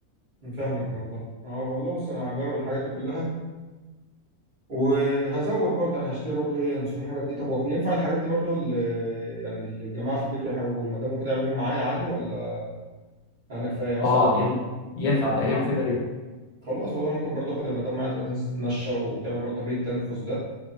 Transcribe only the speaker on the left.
اه ينفع ينفع ده هي مفيده